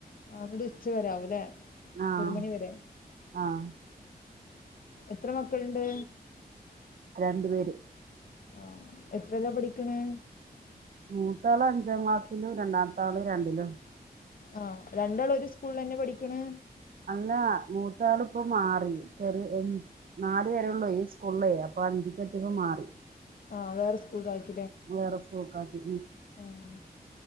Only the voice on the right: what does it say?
ആഹ്
ആഹ്
രണ്ടു പേര്
മൂത്താള് അഞ്ചാം ക്ലാസ്സിലും രണ്ടാമത്താള് രണ്ടിലും
ലാ മൂത്ത ആള് ഇപ്പം മാറി ചെറിയ നാലു വരേള്ളൂ ഈ സ്കൂളിലെ അപ്പം അഞ്ചിക്ക്‌ എന്നിട്ടിപ്പം മാറി
വേറെ സ്കൂൾക്ക്‌ ആക്കി